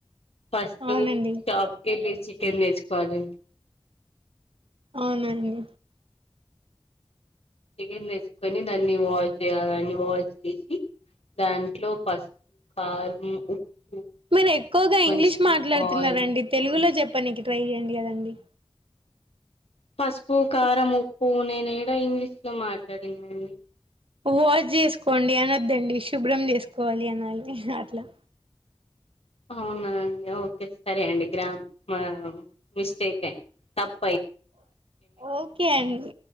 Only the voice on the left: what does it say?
ఫస్ట్
షాప్కెళ్ళి చికెన్ తెచ్చ్ కోవాలి
చికెన్ తెచ్చుకొని దాన్ని వాష్ చేయాలి అండి దాన్ని వాష్ చేసి దాంట్లో పసుపు, కారం, ఉప్పు
కొంచెం
ఆయిల్
పసుపు, కారం, ఉప్పు, నేను ఏడ ఇంగ్లీష్ లో మాట్లాడిన అండి!
అవునా అండి ఓకే సరే అండి గ్రామర్ మిస్టేక్ అయ్యింది తప్